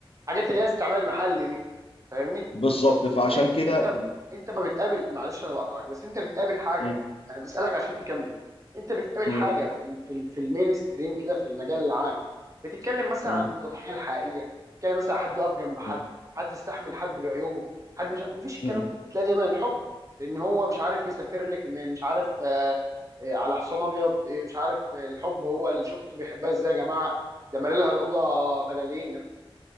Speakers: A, on the right; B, on the left.
A: الحاجات اللي هي استعمال المحلي دي فاهمني؟
B: بالظبط فعشان
A: لكن إيه؟
B: كده
A: انت
B: م-
A: انت ما بتقابل معلش انا بقطعك بس انت بتقابل حاجه
B: م-
A: انا بسالك عشان تكمل انت بتقابل
B: م-
A: حاجه في ال في ال في المين ستريم كده في المجال العام بتتكلم مثلا
B: م-
A: عن التضحيه الحقيقيه بتتكلم مثلا حد وقف جنب
B: م-
A: حد حد استحمل حد بعيوبه حد مش ع- مفيش الكلام
B: م-
A: ده تلاقي دايما الحب ان هو مش عارف يسافر لك من مش عارف آه آه على حصان ابيض آه مش عارف آه الحب هو اللي شفته بيحبها ازاي يا جماعه ده مالي لها الاوضه بلالين ده-